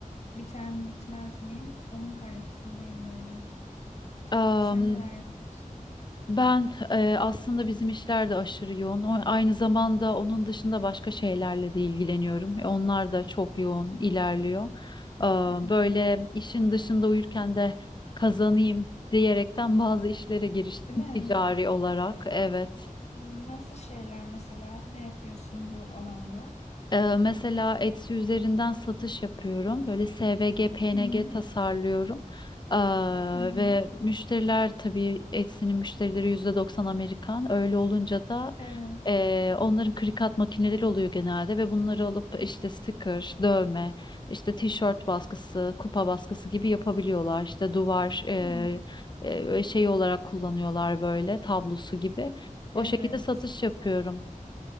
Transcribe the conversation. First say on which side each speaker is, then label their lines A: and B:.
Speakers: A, on the left (about 50°); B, on the left (about 35°).
A: biter mi bitmez mi? Onun kaygısındayım böyle.
B: Am,
A: Sen neler yapıyorsun?
B: ben e, aslında bizim işler de aşırı yoğun. O- Aynı zamanda onun dışında başka şeylerle de ilgileniyorum. E, Onlar da çok yoğun ilerliyor. Am,
A: Hmm,
B: böyle işin dışında uyurken de kazanayım diyerekten <laughs> bazı işlere giriştim
A: Değil mi?
B: ticari olarak. Evet.
A: Nasıl şeyler mesela? Ne yapıyorsun bu alanda?
B: Ee, mesela Etsy üzerinden satış yapıyorum. Böyle SVG, PNG
A: Hı hı.
B: tasarlıyorum. Ee,
A: Hı hı.
B: ve müşteriler tabii Etsy'nin müşterileri %90 Amerikan. Öyle olunca da
A: Evet.
B: e, onların krikat makineleri oluyor genelde ve bunları alıp işte sticker, dövme, işte tişört baskısı, kupa baskısı gibi yapabiliyorlar. İşte duvar e,
A: Hı.
B: e, şeyi olarak kullanıyorlar böyle tablosu gibi. O
A: Evet.
B: şekilde satış yapıyorum.